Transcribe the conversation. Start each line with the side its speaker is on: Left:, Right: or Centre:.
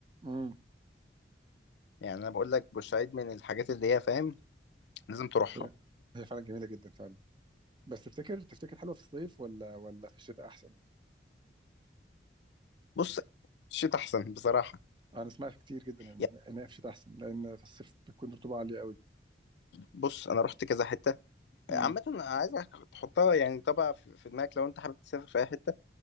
Right: امم
Left: يعني انا بقول لك بورسعيد من الحاجات اللي هي فاهم لازم تروحها
Right: هي هي فعلا جميله جدا فعلا بس تفتكر تفتكر حلوه في الصيف ولا ولا في الشتاء احسن
Left: بص الشتاء احسن بصراحه
Right: انا سمعت كتير جدا ان
Left: يعني
Right: إن هي في الشتاء احسن لان في الصيف بتكون رطوبه عاليه قوي
Left: بص انا رحت كذا حته
Right: امم
Left: عامه انا عايزك تحطها يعني طبعا في في دماغك لو انت حابب تسافر في اي حته